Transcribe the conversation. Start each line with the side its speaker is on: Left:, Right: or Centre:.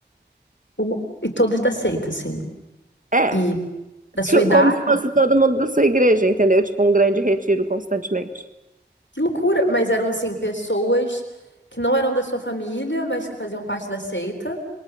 Left: O- E todos da seita, assim.
Right: É,
Left: E da sua
Right: tipo,
Left: idade?
Right: como se fosse todo mundo da sua igreja, entendeu? Tipo um grande retiro constantemente.
Left: Que loucura! Mas eram, assim, pessoas que não eram da sua família, mas que faziam parte da seita.